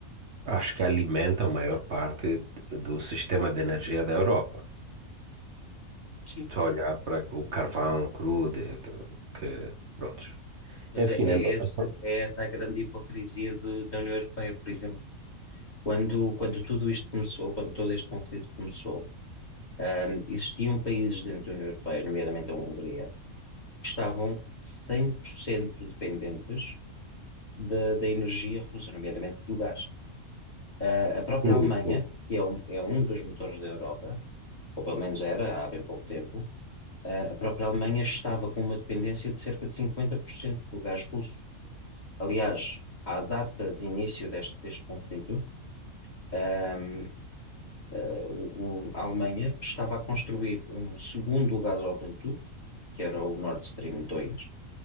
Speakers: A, on the right; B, on the left.
A: acho que alimentam a maior parte do sistema de energia da Europa.
B: Sim.
A: Só olhar para o carvão cru, de, do- que, pronto.
B: Mas
A: Enfim,
B: é, é
A: né?
B: esse-
A: Mas são-
B: é essa a grande hipocrisia de- da União Europeia, por exemplo. Quando, quando tudo isto começou, quando todo este conflito começou, ahm, existiam países dentro da União Europeia, nomeadamente a Hungria, que estavam 100% dependentes da, da energia russa, nomeadamente do gás. Ah, a própria
A: sim,
B: Alemanha,
A: sim,
B: que é um, é um dos motores da Europa, ou pelo menos era há bem pouco tempo, ah, a própria Alemanha estava com uma dependência de cerca de 50% do gás russo. Aliás, à data de início deste, deste conflito, ahm, ah, o- o- a Alemanha estava a construir um segundo gasoduto, que era o Nord Stream dois